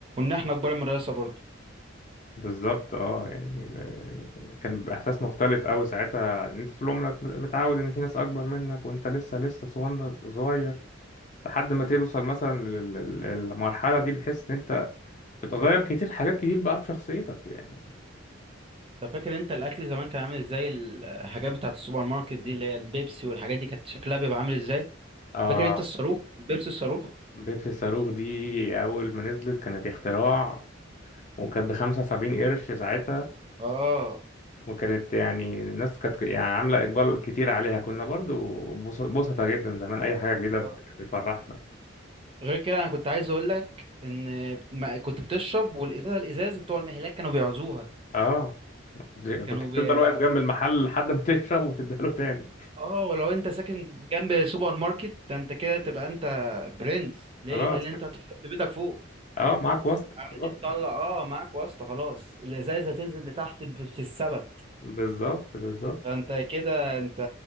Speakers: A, on the right; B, on the left.
A: احنا كبار المدرسة برضو
B: بالظبط اه يعني ب... كان بيبقى احساس مختلف قوي ساعتها ان انت طول عمرك متعود ان في ناس اكبر منك وانت لسه لسه صغن- صغير لحد ما توصل مثلا لل- لل- للمرحله دي بتحس ان انت بتغير كتير حاجات كتير بقى في شخصيتك يعني
A: انت فاكر انت الاكل زمان كان عامل ازاي الحاجات بتاعت السوبر ماركت دي اللي هي البيبسي والحاجات دي كانت شكلها بيبقى عامل ازاي
B: اه
A: فاكر انت الصاروخ البيبسي الصاروخ
B: بيبسي الصاروخ دي اول ما نزلت كانت اختراع وكانت بخمسة وسبعين قرش ساعتها
A: اه
B: وكانت يعني الناس كانت يعني عاملة إقبال كتير عليها كنا برضو بوس- بوسطة جدا زمان أي حاجة جديدة
A: آه.
B: بتفرحنا
A: غير كده انا كنت عايز اقول لك ان ما كنت بتشرب والازازه الازاز بتوع المهلاك كانوا بيعوزوها
B: اه
A: كانوا
B: كنت بتفضل
A: بي...
B: واقف جنب المحل لحد ما <laughs> تشرب وتديها له تاني
A: اه ولو انت ساكن جنب سوبر ماركت ده انت كده تبقى انت برنس ليه
B: خلاص
A: لان
B: كده
A: انت هتشرب في بيتك فوق
B: اه معاك واسطة
A: عادي
B: خلاص
A: تطلع اه معاك واسطه خلاص الازايز هتنزل لتحت ب- في السبت
B: بالظبط بالظبط
A: فانت كده انت